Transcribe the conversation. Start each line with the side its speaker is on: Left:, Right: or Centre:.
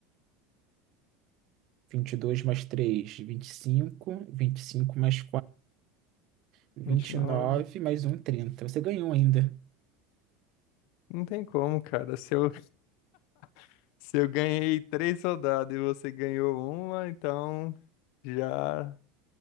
Right: 22, dois mais 3, 25, cinco mais 4,
Left: vinte e nove.
Right: nove mais um trinta Você ganhou ainda.
Left: Não tem como, cara. Se eu, <laughs> se eu ganhei três rodadas e você ganhou uma, então já.